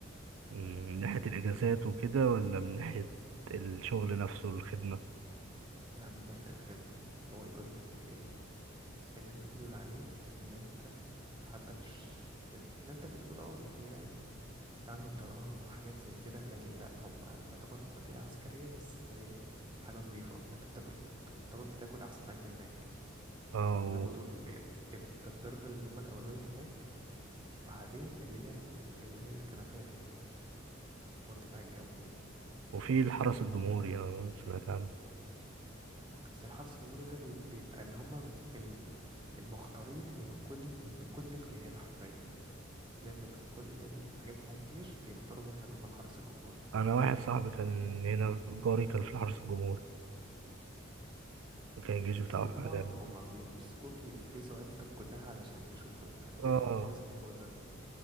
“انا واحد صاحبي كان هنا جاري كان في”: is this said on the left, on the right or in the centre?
Right